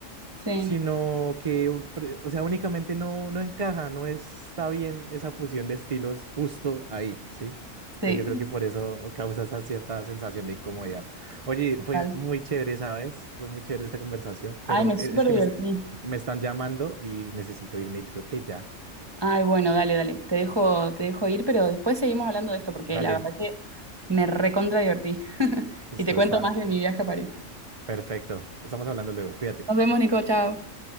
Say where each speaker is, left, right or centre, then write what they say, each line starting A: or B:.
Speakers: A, on the right; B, on the right.
A: Sí,
B: sino que, u- pre- o sea, únicamente no, no encaja, no está bien esa fusión de estilos justo ahí, ¿sí? Entonces
A: sí,
B: yo creo que por eso causa esa cierta sensación de incomodidad. Oye, fue
A: total.
B: muy chévere, ¿sabes? Fue muy chévere esta conversación,
A: Ay,
B: pero
A: me
B: e-
A: súper
B: es que
A: divertí.
B: me, es- me están llamando y necesito irme, yo creo que ya.
A: Ay, bueno, dale, dale. Te dejo, te dejo ir, pero después seguimos hablando de esto porque
B: Dale,
A: la verdad que
B: es-
A: me recontra divertí. <laughs>
B: listo,
A: Y te cuento
B: estás
A: más de mi viaje a París.
B: perfecto. Estamos hablando luego, cuídate.
A: Nos vemos, Nico, chao.